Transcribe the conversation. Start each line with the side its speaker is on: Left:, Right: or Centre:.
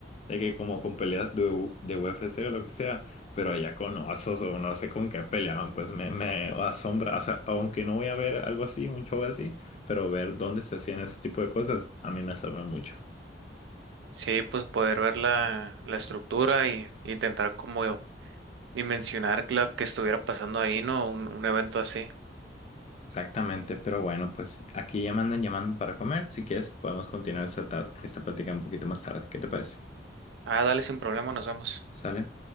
Left: de que como con peleas de, U- de UFC o lo que sea, pero allá con osos o no sé con qué peleaban, pues me, me asombra, o sea, aunque no voy a ver algo así, un show así, pero ver dónde se hacían ese tipo de cosas, a mí me asombra mucho.
Right: Sí, pues poder ver la, la estructura y intentar como dimensionar la que estuviera pasando ahí, ¿no? Un, un evento así.
Left: Exactamente, pero bueno, pues aquí ya me andan llamando para comer, si quieres podemos continuar esta, tar- esta plática un poquito más tarde, ¿qué te parece?
Right: Ah, dale sin problema, nos vemos.
Left: ¿Sale?